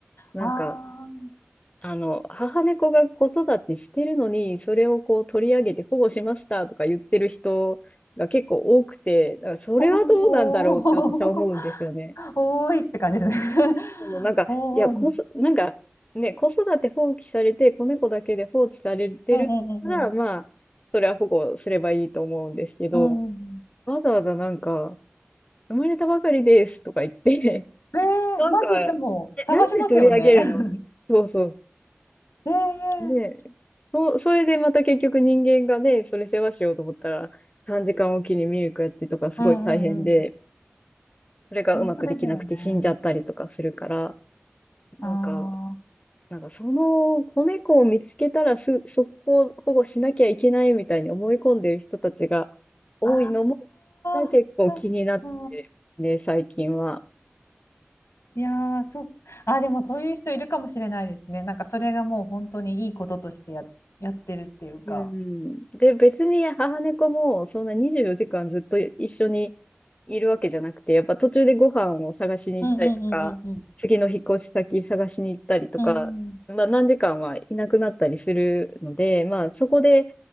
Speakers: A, on the left; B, on the left.
A: なんか、
B: あー
A: あの、母猫が子育てしてるのに、それをこう取り上げて保護しましたとか言ってる人が結構多くて、だからそれはどうなんだろうって私は思うんですよね。
B: おー <laughs> おーいって感じですね
A: そうなんか、
B: <laughs> おーい
A: いや、こそ、なんか、ね、子育て放棄されて、子猫だけで放置されてるから、
B: うんうんうんうん
A: まあ、それは保護すればいいと思うんですけど、
B: うん。
A: わざわざなんか、生まれたばかりですとか言って、
B: ねええ、
A: なんか、
B: まずでも探しますよね。
A: えなんで取り上げるのそうそう。
B: <laughs> ええ。
A: ねえ、そう、それでまた結局人間がね、それ世話しようと思ったら、3時間おきにミルクやってとかすごい大変で、
B: うんうんうんうん。
A: それがうまくできなくて死んじゃったりとかするから、
B: 本当ですよね。
A: なんか、
B: あ
A: なんかその子猫を見つけたらす、速攻保護しなきゃいけないみたいに思い込んでる人たちが多いのも、
B: あ、ああ、
A: 結構気になってね、
B: そっか。
A: 最近は。
B: いやー、そっあー、でもそういう人いるかもしれないですね。なんかそれがもう本当にいいこととしてや、やってるっていうか。
A: うん。で、別に母猫もそんな24時間ずっと一緒にいるわけじゃなくて、やっぱ途中でご飯を探しに行ったりとか、
B: うんうんうんうん
A: 次の引っ越し先探しに行ったりとか、
B: うん。うん。
A: まあ何時間はいなくなったりするので、まあそこで